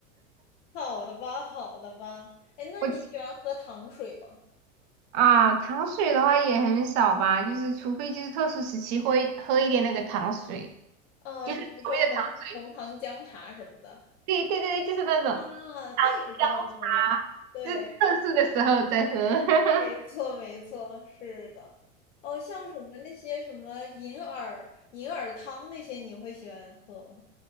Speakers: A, on the left; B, on the right.
A: 好的吧，好的吧。哎，那你喜欢喝糖水吗？
B: 我啊，糖水的话也很少吧，就是除非就是特殊时期会喝一点那个糖水，
A: 啊，
B: 就是所谓的糖水。
A: 你说红红糖姜茶什么的
B: 对对对，对，就是那种
A: 啊，那个也挺好喝的呀。
B: 糖浆茶，
A: 对，
B: 就是特殊的时候再喝。<laughs>
A: 没错，没错，是的。哦，像什么那些什么银耳银耳汤那些，你会喜欢喝吗？